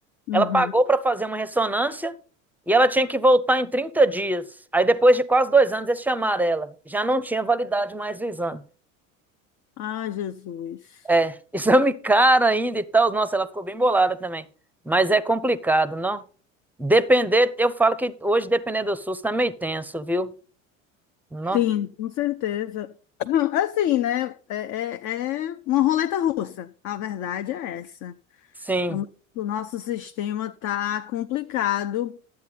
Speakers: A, on the left; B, in the centre.
A: Uhum.
B: Ela pagou para fazer uma ressonância e ela tinha que voltar em 30 dias. Aí, depois de quase dois anos, eles chamaram ela. Já não tinha validade mais o exame.
A: Ah, Jesus.
B: É, <laughs> exame caro ainda e tal. Nossa, ela ficou bem bolada também. Mas é complicado, não? Depender, eu falo que hoje depender do SUS tá meio tenso, viu? Não?
A: Sim, com certeza. <laughs> Assim, né? É, é, é uma roleta russa. A verdade é essa.
B: Sim.
A: O no- o nosso sistema tá complicado.